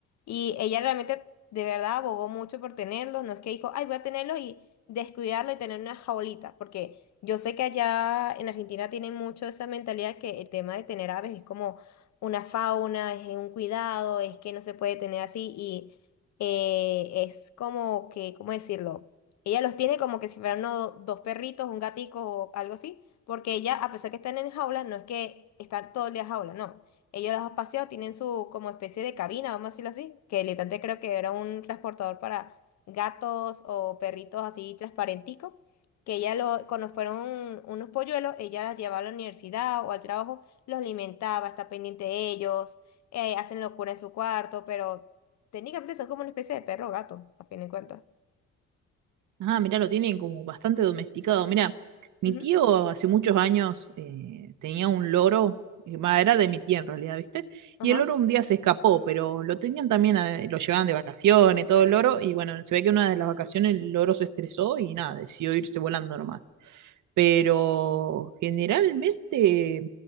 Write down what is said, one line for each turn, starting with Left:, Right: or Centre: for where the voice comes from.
Left: Y ella realmente, de verdad, abogó mucho por tenerlos, no es que dijo, ay, voy a tenerlos y descuidarlo y tener una jaulita, porque yo sé que allá en Argentina tienen mucho esa mentalidad que el tema de tener aves es como una fauna, es un cuidado, es que no se puede tener así y eh, es como que, ¿cómo decirlo? Ella los tiene como que si fueran uno- dos perritos, un gatico o algo así, porque ella, a pesar que están en jaula, no es que están todo el día en jaula, no. Ellos los han paseado, tienen su como especie de cabina, vamos a decirlo así, que literalmente creo que era un transportador para gatos o perritos así transparentico, que ella lo, cuando fueron unos polluelos, ella los llevaba a la universidad o al trabajo, los alimentaba, está pendiente de ellos, eh, hacen locura en su cuarto, pero técnicamente son como una especie de perro o gato, a fin de cuentas.
Right: Ah, mirá, lo tienen como bastante domesticado. Mira, mi
Left: Ujú.
Right: tío hace muchos años eh, tenía un loro, eh, va, era de mi tía en realidad, ¿viste?
Left: Ajá.
Right: Y el loro un día se escapó, pero lo tenían también, eh, lo llevaban de vacaciones, todo
Left: Dios.
Right: el loro, y bueno, se ve que una de las vacaciones el loro se estresó y nada, decidió irse volando nomás pero generalmente